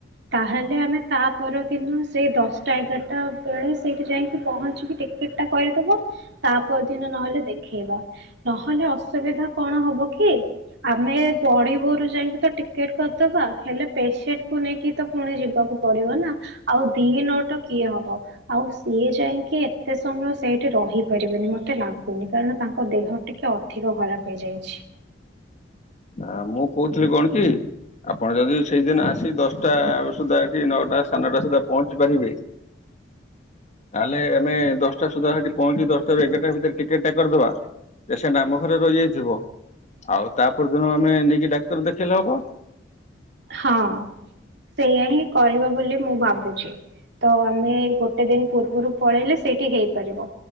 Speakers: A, on the right (about 65°); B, on the left (about 40°).
A: ତାହେଲେ ଆମେ ତା ପରଦିନ ସେଇ ଦଶଟା ଏଗାରଟା ବେଳେ ସେଇଠି ଯାଇକି ପହଞ୍ଚିକି ଟିକେଟ ଟିକେ୍ଟଟା କରିଦବ ତା ପର ଦିନ ନହେଲେ ଦେଖେଇବା। ନହେଲେ ଅସୁବିଧା କଣ ହବ କି? ଆମେ ବଡିି଼ଭୋରୁ ଯାଇକି ତ ଟିକେ୍ଟ କରିଦବା ହେଲେ ପେସେଣ୍ଟକୁ ନେଇକି କି ତ ପୁଣି ଯିବାକୁ ପଡି଼ବ ନା ଆଉ ଦି ନଟ କିଏ ହବ ଆଉ ସିଏ ଯାଇକି କି ଏତେ ସମୟ ସେଇଠି ରହିପାରିବିନି ମୋତେ ଲାଗୁନି କାରଣ ତାଙ୍କ ଦେହ ଟିକେ ଅଧିକ ଖରାପ ହେଇଯାଇଛି।
B: ଆଁ ମୁଁ କହୁଥିଲି କଣ କି? ଆପଣ ଯଦି ସେଇଦିନ ଆସି ଦଶଟା ସୁଦ୍ଧା ଏଠି ନଅଟା ସାଢେ ନଟା ସୁଦ୍ଧା ପହଞ୍ଚି ପାରିବେ <inaudible> ତାହେଲେ ଆମେ ଦଶଟା ସୁଦ୍ଧା ସେଠି ପହଞ୍ଚି ଦଶଟାରୁ ଏଗାରଟା ଭିତରେ ଟିକେଟଟା କରିଦବା। ପେସେଣ୍ଟ ଆମ ଘରେ ରହିଯାଇଥିବ ଆଉ ତାପର ଦିନ ଆମେ ନେଇକି ଡାକ୍ତର ଦେଖେଇଲେ ହବ।
A: ହଁ ସେଇଆ ହିଁ କରିବ ବୋଲି ମୁଁ ଭାବୁଛି। ତ ଆମେ ଗୋଟେ ଦିନ ପୂର୍ବରୁ ପଳେଇଲେ ସେଇଠି ହେଇପାରିବ।